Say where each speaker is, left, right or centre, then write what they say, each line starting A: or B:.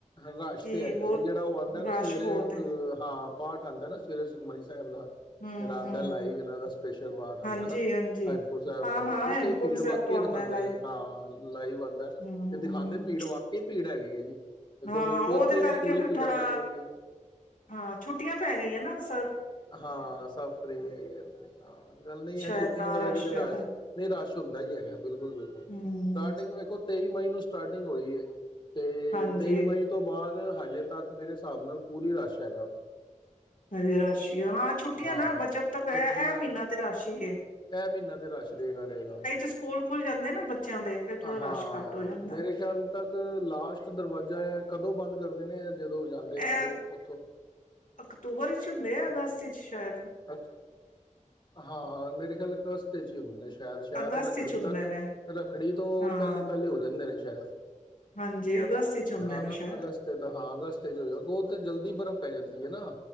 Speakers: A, on the left; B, on the left.
A: ਰਸ਼
B: ਜੀ
A: ਤਾਂ ਹੈਗਾ
B: ਬਹੁਤ
A: ਈ ਆ ਜਿਹੜਾ ਉਹ ਆਉਂਦਾ ਨਾ
B: ਰਸ਼
A: ਸਵੇਰੇ
B: ਬਹੁਤ ਹੈ
A: ਅਹ ਹਾਂ ਪਾਠ ਆਉਂਦਾ ਨਾ ਸਵੇਰੇ ਸੁਖਮਨੀ ਸਾਹਿਬ ਦਾ
B: ਹੂੰ-ਹੂੰ
A: ਜਿਹੜਾ ਆਉਂਦਾ ਲਾਈਵ ਇਹਨਾਂ ਦਾ ਸਪੈਸ਼ਲ ਪਾਠ
B: ਹਾਂਜੀ
A: ਆਂਦਾ ਨਾ
B: ਹਾਂਜੀ
A: ਹੇਮਕੁੰਟ ਸਾਹਿਬ
B: ਹਾਂ-ਹਾਂ
A: ਦਾ ਤੇ ਉੱਥੇ
B: ਹੇਮਕੁੰਟ
A: ਭੀੜ
B: ਸਾਹਿਬ
A: ਵਾਕੇ
B: ਤੋਂ ਆਉਂਦਾ
A: ਦਿਖਾਉਂਦੇ
B: ਲਾਈਵ
A: ਨੇ ਹਾਂ ਲਾਈਵ ਬੰਦਾ
B: ਹੂੰ
A: ਤੇ ਦਿਖਾਉਂਦੇ ਭੀੜ ਵਾਕਈ ਭੀੜ ਹੈਗੀ ਠੀ ਜੀ ਦੇਖੋ
B: ਹਾਂ
A: ਲੋਕੀ
B: ਉਹਦੇ
A: ਉੱਥੇ
B: ਕਰਕੇ
A: ਵੀ ਪੂਰੀ
B: ਫਿਰ
A: ਭੀੜਾਂ
B: ਥੋੜਾ
A: ਲਾਈਆਂ ਦੀਆਂ
B: ਹਾਂ ਛੁੱਟੀਆਂ ਪੈ ਗਈਆਂ ਨਾ ਸ
A: ਹਾਂ ਸਭ ਫ੍ਰੀ ਹੈਗੇ ਗੱਲ ਨਹੀਂ
B: ਸ਼ਾਇਦ
A: ਹੈ ਛੁੱਟੀਆਂ
B: ਤਾਂ
A: ਕਰਕੇ ਤੇ
B: ਜ਼ਿਆਦਾ
A: ਰਸ਼ ਨਹੀਂ ਰਸ਼ ਹੁੰਦਾ ਹੀ ਹੈਗਾ ਬਿਲਕੁਲ ਬਿਲਕੁਲ
B: ਹੂੰ
A: ਸਟਾਰਟਿੰਗ ਵੇਖੋ ਤੇਈ ਮਈ ਨੂੰ ਸਟਾਰਟਿੰਗ ਹੋਈ ਹੈ ਤੇ
B: ਹਾਂਜੀ
A: ਤੇਈ ਮਈ ਤੋਂ ਬਾਅਦ ਹਜੇ ਤੱਕ ਮੇਰੇ ਹਿਸਾਬ ਨਾਲ ਪੂਰੀ ਰਸ਼ ਹੈਗਾ ਉੱਥੇ
B: ਹਜੇ ਰੱਸ਼ ਅੱਛ ਹਾਂ ਛੁੱਟੀਆਂ
A: ਹਾਂ
B: ਨਾ ਬਚਬ ਤੱਕ ਇਹ
A: ਛੁੱਟੀਆਂ
B: ਮਹੀਨਾ ਤੇ ਰਸ਼ ਹੀ ਇਹ
A: ਇਹ ਮਹੀਨਾ ਤੇ ਰਸ਼ ਦਾ ਰਹੇਗਾ ਰਹੇਗਾ
B: ਸਕੂਲ ਖੁੱਲ ਜਾਂਦੇ ਨਾ ਬੱਚਿਆਂ ਦੇ ਫਿਰ ਥੋੜਾ
A: ਹਾਂ
B: ਰਸ਼ ਘੱਟ ਹੋ ਜਾਂਦਾ
A: ਮੇਰੇ ਖਿਆਲ ਤੱਕ ਲਾਸਟ ਦਰਵਾਜ਼ਾ ਹੈ ਕਦੋਂ ਬੰਦ ਕਰਦੇ ਨੇ ਜਦੋਂ ਜਾਂਦੇ ਨੇ
B: ਇਹ
A: ਉਦੋਂ ਉੱਥੋਂ
B: ਅਕਤੂਬਰ ਵਿੱਚ ਹੁੰਦੇ ਆ ਅਗਸਤ ਵਿੱਚ ਅੱਛਾ
A: ਅੱ ਹਾਂ ਮੇਰੇ ਖਿਆਲ ਕਸਤੇ <inaudible> ਸ਼ਾਇਦ ਸ਼ਾਇਦ
B: ਅਗਸਤ
A: ਰੱਖੜੀ
B: ਵਿੱਚ ਹੁੰਦੇ
A: ਤੱਕ
B: ਨੇ
A: ਰੱਖੜੀ ਤੋਂ
B: ਹਾਂ
A: ਪਹਿਲੇ ਪਹਿਲੇ ਹੋ ਜਾਂਦੇ ਨੇ ਛਦ
B: ਹਾਂਜੀ ਅਗਸਤ ਵਿੱਚ ਹੁੰਦੇ
A: ਹਾਂ
B: ਨੇ
A: ਨਾ
B: ਸ਼ਾਇਦ
A: ਅਗਸਤ ਤਾਂ ਹਾਂ ਅਗਸਤ ਚ ਹੋ ਉਹ ਤੇ ਜਲਦੀ ਬਰਫ਼ ਪੈ ਜਾਂਦੀ ਦੀ ਹੈ ਨਾ